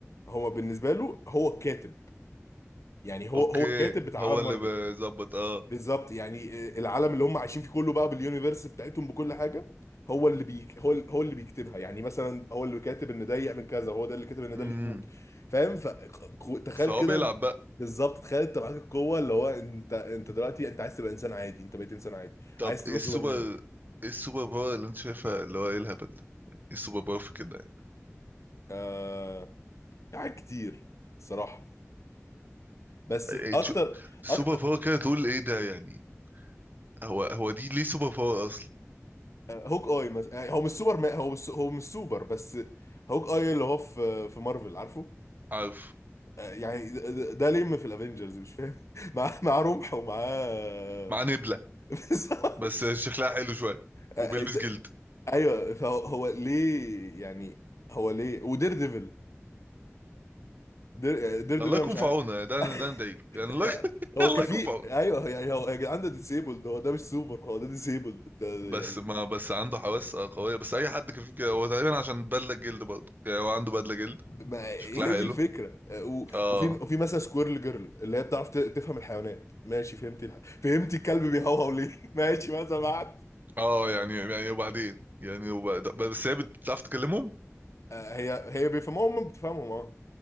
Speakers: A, on the left; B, on the right.
A: هو بالنسبه له هو الكاتب يعني هو
B: اوكي
A: هو الكاتب بتاع
B: هو
A: عالم
B: اللي
A: مارفل
B: بيظبط اه
A: بالظبط يعني العالم اللي هم عايشين فيه كله بقى باليونيفرس بتاعتهم بكل حاجه هو اللي بيك هو هو اللي بيكتبها يعني مثلا هو اللي كاتب ان ده يعمل كذا هو ده اللي كاتب ان ده
B: امم
A: اللي يموت فاهم فتخيل
B: فهو
A: كده
B: بيلعب بقى
A: بالظبط تخيل انت معاك القوه اللي هو انت انت دلوقتي انت عايز تبقى انسان عادي انت بقيت انسان عادي
B: طب
A: عايز تبقى
B: ايه السوبر
A: سوبرمان
B: ايه السوبر باور اللي انت شايفها اللي هو ايه الهبل ده ايه السوبر باور في كده يعني
A: آه في حاجات كتير صراحه بس
B: إيه
A: اكتر
B: تشو... سوبر
A: اكتر
B: باور كده تقول ايه ده يعني هو هو دي ليه سوبر باور اصلا
A: آه، هوك اي مثلا يعني هو مش سوبر مان، هو مش هو مش سوبر بس هوك اي اللي هو في في مارفل عارفه
B: عارف
A: آه، يعني ده ده- ده لم في الافنجرز مش فاهم <laughs> مع مع رمح ومعاه
B: مع نبلة
A: <laughs> بالظبط.
B: بس شكلها حلو شوية
A: آه،
B: وبيلبس
A: ده-
B: جلد
A: ايوه فهو هو ليه يعني هو ليه ودير ديفل دير, آه، دير ديفل
B: الله
A: انا
B: يكون
A: مش
B: في
A: عارف
B: عونه يعني ده
A: <laughs>
B: ده ندعيله يعني الله
A: يعني
B: يكون
A: هو
B: <laughs> الله
A: كفي
B: يكون في عونه
A: ايوه يعني هو يا جدعان ده ديسيبلد هو ده مش سوبر هو ده ديسيبلد ده يعني
B: بس ما بس عنده حواس آه، قوية بس أي حد كفيف كده هو تقريبا عشان بدلة جلد برضه يعني هو عنده بدلة جلد
A: ما هي
B: شكلها حلو
A: دي الفكره آه، و-
B: اه
A: وفي وفي مثلا سكويرل جيرل اللي هي بتعرف ت- تفهم الحيوانات ماشي فهمتي الح... فهمتي الكلب بيهوهو ليه <laughs> ماشي ماذا بعد
B: اه يعني يعني وبعدين يعني وبعد... بس هي بتعرف تكلمهم
A: آه، هي هي بيفهموها هم بتفهمهم اه